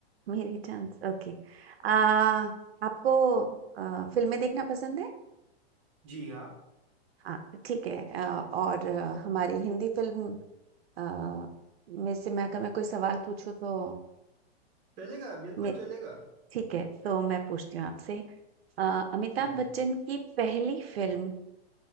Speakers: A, on the right; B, on the right.
A: मेरी चांस ओके। अ, आपको अ, फ़िल्में देखना पसंद है?
B: जी हाँ
A: हाँ, ठीक है। अ, और आ, हमारी हिंदी फ़िल्म अ, मेरे से मैं अगर मैं कोई सवाल पूछूँ तो
B: चलेगा बिल्कुल
A: मैं
B: चलेगा
A: ठीक है, तो मैं पूछती हूँ आपसे। अ, अमिताभ
B: जी जी
A: बच्चन की पहली फ़िल्म